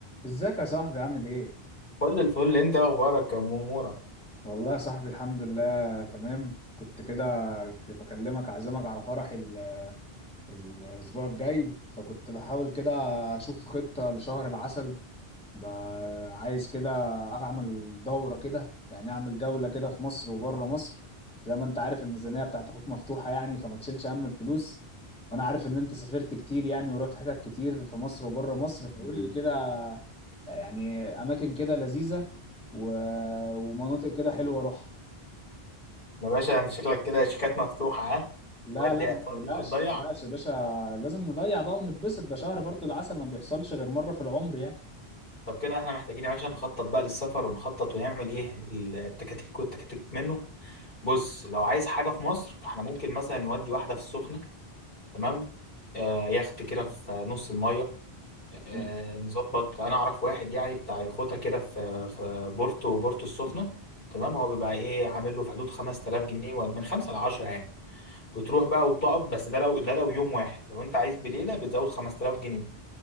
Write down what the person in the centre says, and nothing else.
ازيك يا صاحبي عامل ايه؟
والله يا صاحبي الحمد لله تمام كنت كده بكلمك اعزمك على فرح ال- الاسبوع الجاي فكنت بحاول كده اشوف خطة لشهر العسل ب- عايز كده اعمل دورة كده يعني اعمل جولة كده في مصر وبره مصر زي ما انت عارف الميزانية بتاعت اخوك مفتوحة يعني فما تشيلش هم الفلوس وانا عارف ان انت سافرت كتير يعني ورحت حتت كتير في مصر وبره مصر فقول لي كده يعني اماكن كده لذيذه و... ومناطق كده حلوه اروحها
لا
لا ما
تقلقش
ما تقلقش يا باشا لازم نضيع بقى ونتبسط ده شهر برضو العسل ما بيحصلش غير مره في العمر يعني
حلو